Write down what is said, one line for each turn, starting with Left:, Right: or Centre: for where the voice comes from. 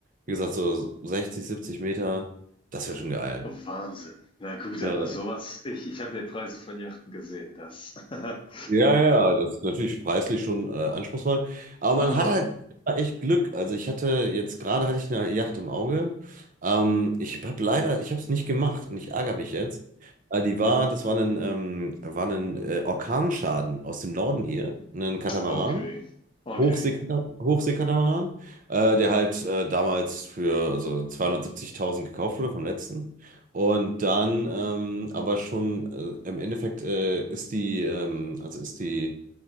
Right: Wie gesagt, so 60, 70 Meter, das wäre schon geil.
Left: Wahnsinn. Na gut,
Right: Ja,
Left: aber sowas, ich, ich habe ja Preise von Yachten gesehen, das. <laughs>
Right: Ja, ja, das ist natürlich preislich schon äh, anspruchsvoll. Aber man
Left: Aha.
Right: hat halt echt Glück. Also ich hatte jetzt gerade hatte ich eine Yacht im Auge. Ähm, ich habe leider, ich habe es nicht gemacht und ich ärgere mich jetzt. Äh, die war, das war ein, ähm, war ein äh, Orkanschaden aus dem Norden hier, ein Katamaran.
Left: Okay. Okay.
Right: Hochseekata- Hochseekatamaran, äh, der halt äh, damals für also 270.000 gekauft wurde vom letzten. Und dann ähm, aber schon äh, im Endeffekt äh, ist die, ähm, also ist die